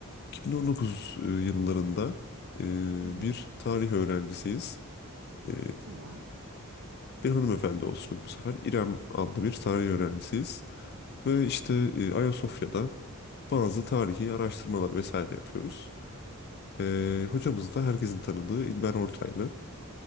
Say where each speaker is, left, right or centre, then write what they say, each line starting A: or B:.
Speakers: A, on the left; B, on the right.
A: 2019 e, yıllarında e,
B: Hı hı.
A: bir tarih öğrencisiyiz. E,
B: Tamam.
A: bir hanımefendi olsun bu sefer. İrem adlı bir tarih öğrencisiyiz. Ve işte e, Ayasofya'da bazı tarihi araştırmalar vesaire yapıyoruz. E, hocamız da herkesin tanıdığı İlber Ortaylı.